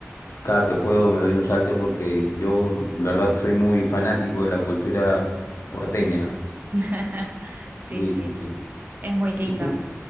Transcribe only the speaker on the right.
<laughs> Sí,
sí,
es muy lindo.